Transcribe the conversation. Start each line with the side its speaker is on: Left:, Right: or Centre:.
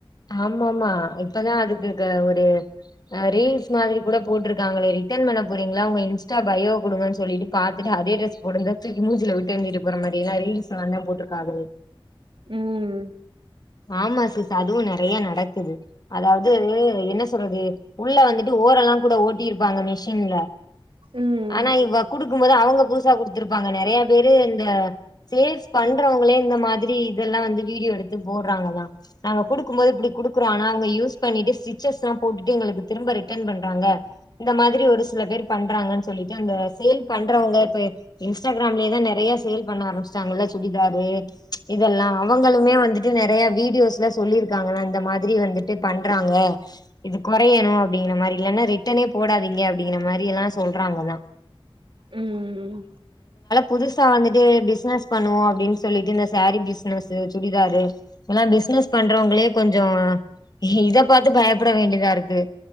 Left: ஆமாமா இப்பதா அது இருக்க ஒடு ஆ ரீல்ஸ் மாதிரி கூட போட்ருக்காங்களே ரிட்டன் பண்ண போறீங்களா உங்க இன்ஸ்டா பயோ குடுங்கன்னு சொல்லிட்டு காத்துட்டு அதே ட்ரஸ் போடுங்க தூக்கி மூச்சில விட்டு எரிஞ்சுட்டு போற மாரிலா ரீல்ஸ் நன்னா போட்ருக்காவு
Right: ம்
Left: ஆமா சிஸ் அதுவும் நறைய நடக்குது அதாவது என்ன சொல்றது உள்ள வந்துட்டு ஓரல்லா கூட ஓட்டிருப்பாங்க மிஷின்ல
Right: ம்
Left: ஆனா இவ குடுக் கும்போதே அவங்க புதுசா குடுத்துருப்பாங்க நெறையா பேரு இந்த சேல்ஸ் பண்றவங்களே இந்த மாதிரி இதெல்லா வந்து வீடியோ எடுத்து போட்றாங்கதா நாங்க குடுக்கும் போது இப்புடி குடுக்குறோ ஆனா அவங்க யூஸ் பண்ணிட்டு ஸ்டிச்சஸ்லா போட்டுட்டு எங்களுக்கு திரும்ப ரிட்டர்ன் பண்றாங்க இந்த மாதிரி ஒரு சில பேர் பண்றாங்கன்னு சொல்லிட்டு அந்த சேல் பண்றவங்க இப்ப இன்ஸ்டாகிராம்லே தா நெறையா சேல் பண்ண ஆரம்பிச்சுட்டாங்கள்ள சுடி தாதுவே இதெல்லா அவங்களுமே வந்து நெறையா வீடியோஸ்ல சொல்லிருக்காங்கல்ல இந்த மாதிரி வந்துட்டு பண்றாங்க இது குறையணு அப்டிங்கிற மாரி இல்லன்னா ரிட்டனே போடாதீங்க அப்டிங்கின மாரி எல்லா சொல்றாங்கல்லா
Right: ம் ம் ம்
Left: புதுசா வந்துட்டு பிஸ்னஸ் பண்ணுவோ அப்புடின்னு சொல்லிட்டு இந்த சேரி பிஸ்னஸு சுடிதாரு எல்லா பிசினஸ் பண்றவங்களே கொஞ்சோ இத பாத்து பயப்பட வேண்டியதா இருக்கு